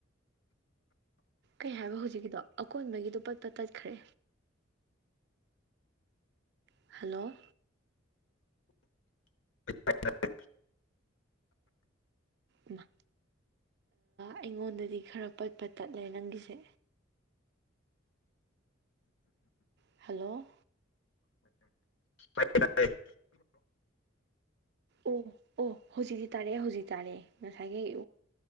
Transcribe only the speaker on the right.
ꯀꯩ ꯍꯥꯏꯕ ꯍꯧꯖꯤꯛꯀꯤꯗꯣ ꯑꯀꯣꯟꯕꯒꯤꯗꯣ ꯄꯠ ꯄꯠ ꯇꯠꯈ꯭ꯔꯦ ꯍꯜꯂꯣ꯫
ꯏꯃꯥ ꯑꯩꯉꯣꯟꯗꯗꯤ ꯈꯔ ꯄꯠ ꯄꯠ ꯇꯠꯂꯦ ꯅꯪꯒꯤꯁꯦ ꯍꯜꯂꯣ꯫
ꯑꯣ ꯑꯣ ꯍꯧꯖꯤꯛꯇꯤ ꯇꯥꯔꯛꯑꯦ ꯍꯧꯖꯤꯛꯇꯤ ꯇꯥꯔꯦ ꯉꯁꯥꯏꯒꯤ